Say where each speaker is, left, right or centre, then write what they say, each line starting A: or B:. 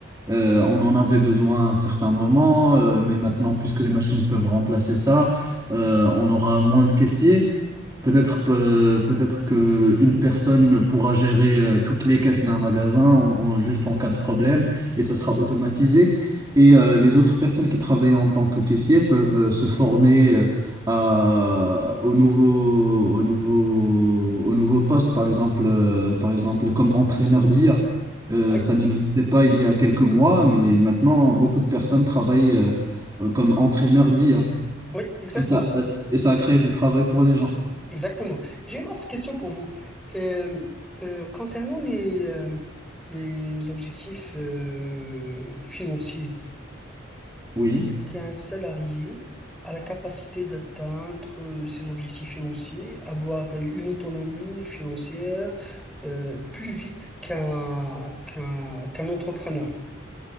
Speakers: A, on the right (about 20°); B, in the centre.
A: euh, on en avait besoin à un certain moment, euh, mais maintenant, puisque les machines peuvent remplacer ça, euh, on aura moins de caissiers. Peut-être peu- peut-être que une personne pourra gérer euh, toutes les caisses d'un magasin en, en- juste en cas de problème et ça sera automatisé. Et euh, les autres personnes qui travaillent en tant que caissier peuvent euh, se former euh, à, au nouveau au nouveau au nouveau poste par exemple euh, par exemple comme entraîneur d'IA. Euh,
B: oui,
A: ça n'existait pas il y a quelques mois, mais maintenant beaucoup de personnes travaillent euh, euh, comme entraîneur d'IA.
B: oui, exactement.
A: Et ça, et ça a créé du travail pour les gens.
B: Exactement. J'ai une autre question pour vous. Euh, euh, concernant les, euh, les objectifs euh, financiers,
A: Oui.
B: est-ce qu'un salarié a la capacité d'atteindre euh, ses objectifs financiers, avoir euh, une autonomie financière euh, plus vite qu'un qu'un qu'un entrepreneur?